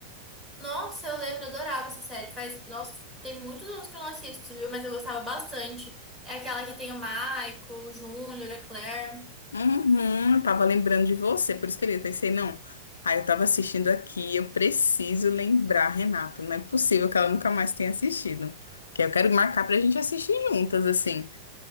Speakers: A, in the centre; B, on the left.
A: Nossa, eu lembro, eu adorava essa série. Faz, nossa, tem muitos anos que eu não assisto, viu? Mas eu gostava bastante. É aquela que tem o Michael, o Júnior, a Claire.
B: Uhum, eu tava lembrando de você, por isso que eu pensei, não. Aí eu tava assistindo aqui, eu preciso lembrar, Renata. Não é possível que ela nunca mais tenha assistido. Que eu quero marcar pra gente assistir juntas, assim,